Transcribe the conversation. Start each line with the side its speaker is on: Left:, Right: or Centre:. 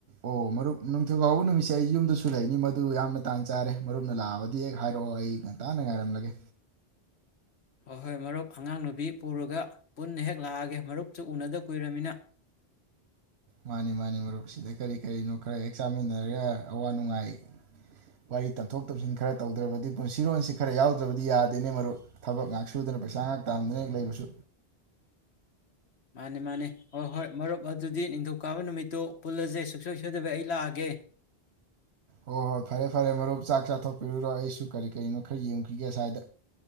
Right: ꯑꯣ ꯃꯔꯨꯞ ꯅꯤꯡꯊꯧꯀꯥꯕ ꯅꯨꯃꯤꯠꯁꯤ ꯑꯩ ꯌꯨꯝꯗꯁꯨ ꯂꯩꯅꯤ ꯃꯗꯨ ꯌꯥꯝꯅ ꯇꯥꯟ ꯆꯥꯔꯦ ꯃꯔꯨꯞꯅ ꯂꯥꯛꯑꯕꯗꯤ ꯍꯦꯛ ꯍꯥꯢꯔꯛꯑꯣ ꯑꯩ ꯉꯟꯇꯥꯅ ꯉꯥꯢꯔꯝꯂꯒꯦ꯫
Left: ꯑꯣ ꯍꯣꯢ ꯃꯔꯨꯞ ꯑꯉꯥꯡ ꯅꯨꯄꯤ ꯄꯨꯔꯒ ꯄꯨꯟꯅ ꯍꯦꯛ ꯂꯥꯛꯑꯒꯦ ꯃꯔꯨꯞꯁꯨ ꯎꯟꯅꯗꯕ ꯀꯨꯢꯔꯕꯅꯤꯅ
Right: ꯃꯥꯟꯅꯤ ꯃꯥꯟꯅꯤ ꯃꯔꯨꯞ ꯁꯤꯗ ꯀꯔꯤ ꯀꯔꯤꯅꯣ ꯍꯣꯢ ꯍꯦꯛ ꯆꯥꯃꯤꯟꯅꯔꯒ ꯑꯋꯥ ꯅꯨꯡꯉꯥꯢ ꯋꯥꯔꯤ ꯇꯝꯊꯣꯛ ꯇꯝꯖꯤꯟ ꯈꯔ ꯇꯧꯗ꯭ꯔꯕꯗꯤ ꯄꯨꯟꯁꯤꯔꯣꯜꯁꯤ ꯈꯔ ꯌꯥꯎꯗ꯭ꯔꯕꯗꯤ ꯌꯥꯗꯦꯅꯦ ꯃꯔꯨꯞ ꯊꯕꯛ ꯉꯥꯛ ꯁꯨꯗꯨꯅ ꯄꯩꯁꯥ ꯉꯥꯛ ꯇꯥꯟꯗꯨꯅ ꯍꯦꯛ ꯂꯩꯕꯁꯨ
Left: ꯃꯥꯟꯅꯤ ꯃꯥꯟꯅꯤ ꯍꯣ ꯍꯣꯢ ꯃꯔꯨꯞ ꯑꯗꯨꯗꯤ ꯅꯤꯡꯊꯧꯀꯥꯕ ꯅꯨꯃꯤꯠꯇꯨ ꯄꯨꯜꯂꯖꯦ ꯁꯨꯡꯁꯣꯢ ꯁꯣꯢꯗꯕꯤ ꯑꯩ ꯂꯥꯛꯑꯒꯦ
Right: ꯍꯣ ꯍꯣꯢ ꯐꯔꯦ ꯐꯔꯦ ꯃꯔꯨꯞ ꯆꯥꯛ ꯆꯥꯊꯣꯛꯄꯤꯔꯨꯔꯣ ꯑꯩꯁꯨ ꯀꯔꯤ ꯀꯔꯤꯅꯣ ꯈꯔ ꯌꯦꯡꯉꯨꯈꯤꯒꯦ ꯑꯁꯥꯢꯗ